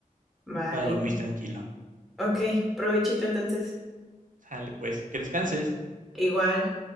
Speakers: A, in the centre; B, on the right.
A: Vale.
B: pueda dormir tranquilo.
A: Ok, provechito entonces.
B: Sale pues, que descanses.
A: Igual.